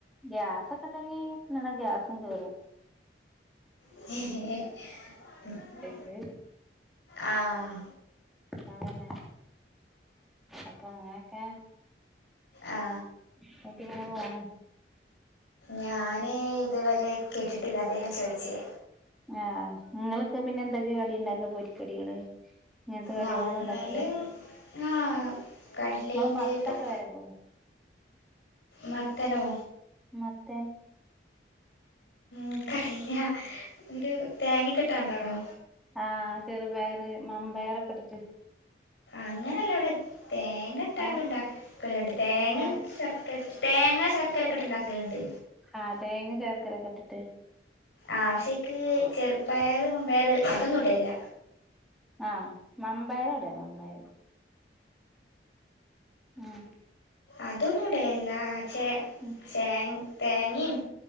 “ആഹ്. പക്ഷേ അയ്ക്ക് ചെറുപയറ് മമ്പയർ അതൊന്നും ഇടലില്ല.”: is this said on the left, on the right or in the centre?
Left